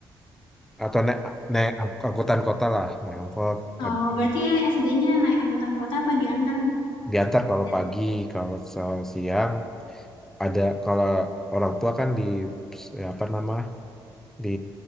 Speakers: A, in the centre; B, on the left.
A: atau naik naik ang- angkutan kota lah, naik angkot. Tapi
B: Oh, berarti ya SD-nya naik angkutan kota apa diantar nih?
A: Diantar kalau
B: Dan-
A: pagi, kalau so- siang. ada kalau orang tua kan di ya apa nama di